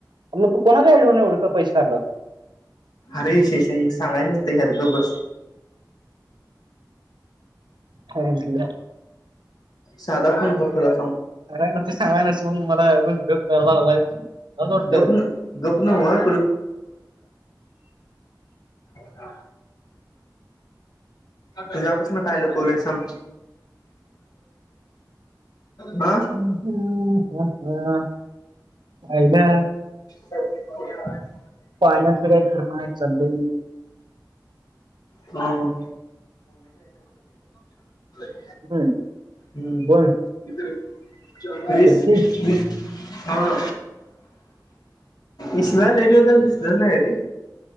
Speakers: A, on the right; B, on the left.
A: मग तू कोणागाडव उळक पैसे कालं
B: अरे शेशाही सांगाय नसत हत बबर
A: हो दिला
B: साधा फोन करतोला
A: सांगाय नस सांगाय नस म्हणून मलाच ग वाते
B: गप न गप नव्ह हा तुझ्यापासून काय लपवलंय का सांग? हा.
A: ह ह हा अहिला
B: <unintelligible>
A: पाळण्यात फिराय खर नाय आहे चाललेही
B: हा. हा. <unintelligible>
A: हम्म.
B: हम्म
A: कोण
B: <inaudible> वीस
A: कुर्ती
B: वीस. हां इसल्या लय दिवस झालेय दिसलं नाय रे.